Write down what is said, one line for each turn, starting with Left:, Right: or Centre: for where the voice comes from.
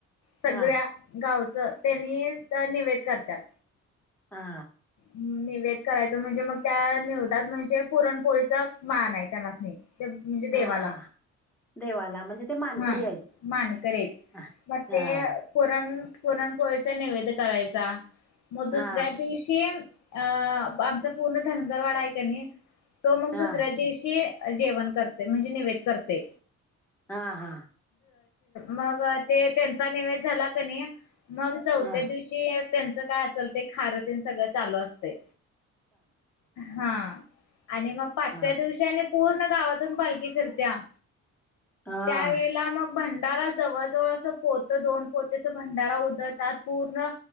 Left: सगळ्या
Centre: हा
Left: गाव त्यांनी निवेद करतात
Centre: हा
Left: निवेद करायचं म्हणजे मग त्या निवेदात म्हणजे पुरणपोळीचा मान आहे त्या मासणी ते म्हणजे देवाला
Centre: हा हा देवाला म्हणजे ते मानकरी
Left: हा
Centre: आहेत
Left: मानकरेत
Centre: हा
Left: मग
Centre: हा
Left: ते पुरण पुरणपोळीचा निवेद करायचा मग दुसऱ्या
Centre: हा
Left: दिवशी अ आमचा पूर्ण धनगरवाडा आहे का नाही तो मग
Centre: हा
Left: दुसऱ्या दिवशी जेवण करते म्हणजे निवेद करते
Centre: हा हा
Left: मग ते त्यांचा निवेद झाला क नाही मग चौथ्या
Centre: हा
Left: दिवशी त्यांच काय असेल ते खारतीन सगळं चालू असते हा आणि मग पाचव्या
Centre: हा
Left: दिवशीने पूर्ण गावातून पालखी फिरत्या
Centre: हा
Left: त्यावेेळेला मग भंडारा जवळ जवळ असं पोत दोन पोते अस भंडारा उदळतात पूर्ण